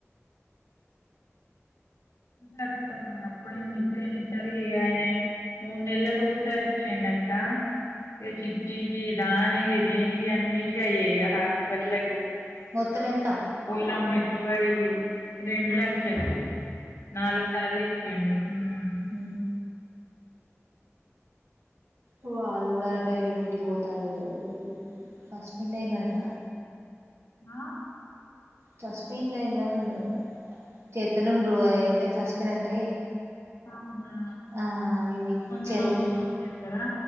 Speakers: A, on the left; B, on the right.
A: ఇ అమా అప్పుడ ఇప్పుడు ఇచ్చరి ఇ ఆయన మూడు నెలలకు ఒకసారి ఇచ్చ ఏందక్క ఇగ చిట్టీకి దానికి దీనికి అన్నిటి అయ్యే ఇగ హాస్పిటల్లకు
B: మొత్తం ఎంత
A: పోలం పెట్ వాడికి రెండు లక్షలు నాలుగు సార్లు ఇచ్చిండు ఉమ్.
B: ఉ ఓ వాళూడ ఆటయితే డ్యూటీ పోతారులే ఫస్ట్ <unintelligible> అయినంట
A: ఆ
B: చస్పోయి ఏందన్ని ఉన్నారు వాళ్ళు చేతను ఉండ్ర ఏంటే చస్పోన్ అంటే
A: అవునా
B: ఆ ఆవివివి
A: కొన్ని
B: చెరువుల్
A: రోజులు తీసేస్తారా